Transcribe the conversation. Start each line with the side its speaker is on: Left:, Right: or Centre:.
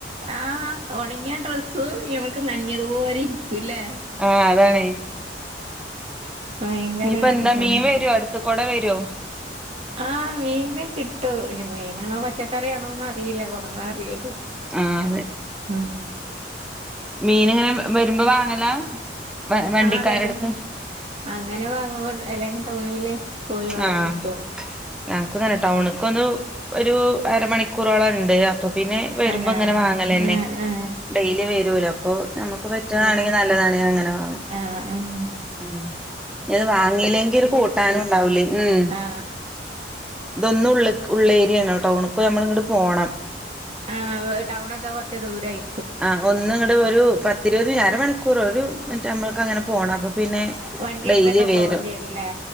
Right: ആഹ് ഒണങ്ങിയ ഡ്രസ്സൂ ഇമക്ക് നഞ്ഞതുപോലെ ഇരിക്കൂ ല്ലേ?
Centre: ആഹ് അതാണേ
Right: ഭയങ്കര
Centre: ഇഞ്ഞ്പ്പോ എന്താ
Right: ഇതന്നെ
Centre: മീൻ വരോ അടുത്ത്ക്കൂടെ വരോ?
Right: ആഹ് മീന കിട്ടു ഞ്ഞ് മീനാണോ പച്ചക്കറി ആണോന്നറിയില്ല കൊട്ന്നാറിയള്ളൊ
Centre: ആഹ് അതെ.
Right: ഉം
Centre: മീൻങ്ങനെ വരുമ്പോ വാങ്ങലാ വവണ്ടിക്കാരടുത്ത്?
Right: ആ വരും അങ്ങനെ വാങ്ങാപോ അല്ലെങ്കി ടൗണില് പോയി വാങ്ങിക്കും
Centre: ആഹ് ഞങ്ങക്കുതന്നെ ടൗണക്കൊന്നു ഒരു അരമണിക്കൂറോളെ ണ്ട് അപ്പോ പിന്നെ വരുമ്പോ
Right: അന്നെ
Centre: ഇങ്ങനെ
Right: ആ
Centre: വാങ്ങലന്നെ
Right: ആ
Centre: ഡെയ്‌ലി വരോലോ അപ്പോ ഞമക്ക് പറ്റ്ണാങ്കി നല്ലതാണെങ്കി അങ്ങനെ വാങ്ങു
Right: ആഹ് ആഹ്.
Centre: ഉം ഇത് വാങ്ങീല്ലെങ്കിൽ കൂട്ടാനും ഉണ്ടാവുലേ ഉം.
Right: ആ
Centre: ഇതൊന്നും ഉളള്ക്ക് ഉള്ളേരിയയാണ് ടൗണ്ക്ക് നമ്മളങ്ങട്ട് പോണം.
Right: ആ വ് ടൗണൊക്കെ കൊറച്ച് ദൂരായി
Centre: ആഹ് ഒന്നങ്ങട്ട് ഒരു പത്തിരുപത് അര മണിക്കൂർ ഒരുമിറ്റമ്മൾക്കങ്ങനെ പോണം അപ്പൊ പിന്നെ
Right: വണ്ടിയെടുത്തൊക്കെ
Centre: ഡെയ്ലി വേരും.
Right: പോവേണ്ടി വരൂല്ലേ